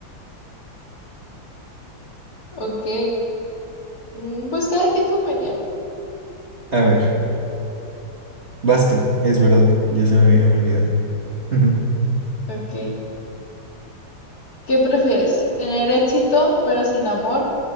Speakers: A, on the left (about 50°); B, on the right (about 35°).
A: Ok. mm, Pues cada quien su opinión.
B: A ver, vas tú, es verdad. Ya se me había olvidado. Ujú.
A: Ok. ¿Qué prefieres? ¿Tener éxito pero sin amor?